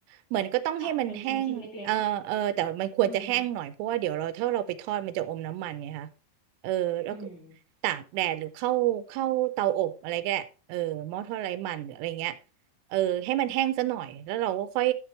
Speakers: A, on the right; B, on the left.
A: เหมือนก็ต้องให้มันแห้งเออเออแต่มันควรจะแห้งหน่อยเพราะว่าเดี๋ยวเราถ้าเราไปทอดมันจะอมน้ำมันไงคะ
B: มาตัดเป็นชิ้นชิ้นเล็กๆนะอืม
A: เออแล้วก็
B: อืม
A: ตากแดดหรือเข้าเข้าเตาอบอะไรก็ได้เออหม้อทอดไร้มันหรืออะไรเงี้ย เออให้มันแห้งซะหน่อยแล้วเราก็ค่อย